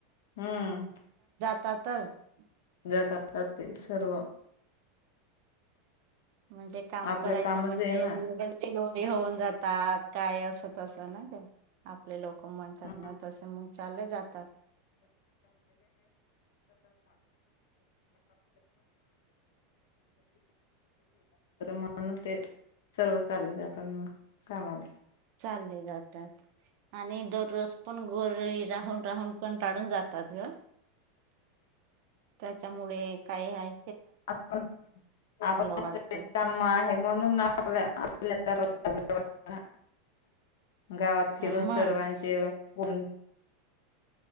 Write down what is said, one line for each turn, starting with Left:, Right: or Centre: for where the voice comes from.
Left: हम्म
Right: <unintelligible>
Left: जातात हप्ते सर्व
Right: म्हणजे काम
Left: आपलं
Right: करायचं
Left: कामच
Right: म्हंणजे
Left: आहे ना
Right: होऊन जातात काय असं तस ना ग आपले लोक म्हणतात
Left: <unintelligible> <inaudible>
Right: ना तसे मग चालले जातात
Left: म्हणुन ते सर्व चालले जातात मग कामाला
Right: चालली जातात. आणि दररोज पण घरी राहून राहून कंटाळून जातात ग. त्याच्यामुळे काय हाय
Left: <unintelligible>
Right: वाटतं
Left: <unintelligible> गावात फिरून
Right: मग
Left: सर्वांचे ह